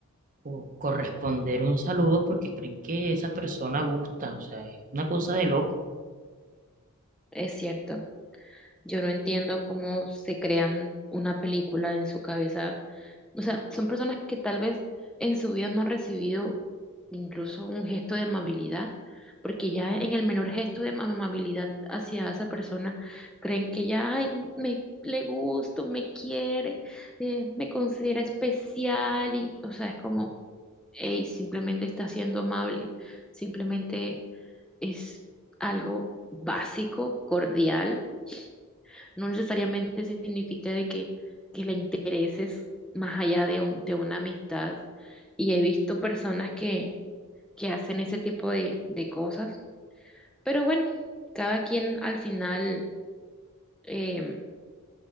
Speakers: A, on the right (about 35°); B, in the centre.
A: o corresponder un saludo porque creen que esa persona gusta. O sea, es una cosa de loco.
B: Es cierto. Yo no entiendo cómo se crean una película en su cabeza. O sea, son personas que tal vez en su vida no han recibido incluso un gesto de amabilidad, porque ya en el menor gesto de amabilidad hacia esa persona creen que ya, ay, me le gusto, me quiere, eh, me considera especial y, o sea, es como, hey, simplemente está siendo amable, simplemente es algo básico, cordial no necesariamente significa de que, que le intereses más allá de, un- de una amistad. Y he visto personas que, que hacen ese tipo de, de cosas. Pero bueno, cada quien al final em,